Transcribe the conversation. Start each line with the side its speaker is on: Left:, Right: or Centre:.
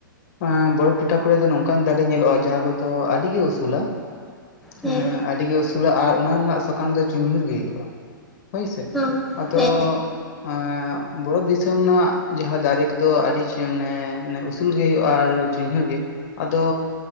Left: ᱮᱸ ᱵᱚᱨᱚᱯᱷ ᱴᱚ ᱴᱷᱟ ᱠᱚᱨᱮ ᱫᱚ ᱱᱚᱝᱠᱟᱱ ᱫᱟᱨᱮ ᱧᱮᱞᱚᱜᱼᱟ ᱡᱟᱦᱟᱸ ᱠᱚᱫᱚ ᱟᱹᱰᱤ ᱜᱮ ᱩᱥᱩᱞᱟ,
Centre: ᱦᱮᱸ
Left: ᱮᱸ ᱟᱹᱰᱤ ᱜᱮ ᱩᱥᱩ ᱥᱩᱞᱟ ᱟᱨ ᱚᱱᱟ ᱨᱮᱱᱟᱜ ᱥᱟᱠᱟᱢ ᱫᱚ <unintelligible> ᱜᱮ ᱦᱩᱭᱩᱜᱼᱟ ᱦᱳᱭ ᱥᱮ
Centre: ᱦᱮᱸ
Left: ᱟᱫᱚ
Centre: ᱦᱮᱸ
Left: ᱮᱸ ᱵᱟᱨᱚᱯᱷ ᱫᱤᱥᱚᱢ ᱨᱮᱱᱟᱜ ᱡᱟᱦᱟᱸ ᱫᱟᱨᱮ ᱠᱚᱫᱚ ᱟᱹᱰᱤ ᱪᱮᱱᱮ ᱢᱟᱱᱮ ᱩᱥᱩᱞ ᱜᱮ ᱦᱩᱭᱩᱜᱼᱟ ᱟᱨ <unintelligible> ᱜᱮ ᱟᱫᱚ